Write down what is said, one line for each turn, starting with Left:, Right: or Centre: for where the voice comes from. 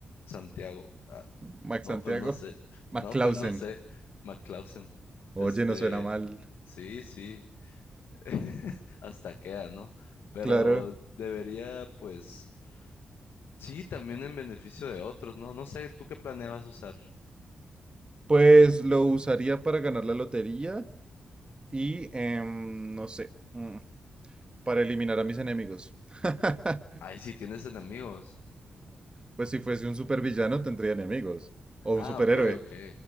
Left: Santiago. Ah,
Right: Max
Left: no,
Right: Santiago,
Left: pues no sé.
Right: <laughs> Mac
Left: No,
Right: Clausen.
Left: pues no sé. McClausen.
Right: Oye,
Left: Este,
Right: no suena mal.
Left: sí, sí. <laughs> Hasta queda, ¿no? Pero
Right: Claro.
Left: debería, pues, sí, también en beneficio de otros, ¿no? No sé, ¿tú qué planeabas usar?
Right: Pues lo usaría para ganar la lotería y, em, no sé, mm, para eliminar a mis enemigos. <laughs>
Left: Ay, sí, tienes enemigos.
Right: Pues si fuese un supervillano tendría enemigos. O
Left: Ah,
Right: un superhéroe.
Left: ok, ok.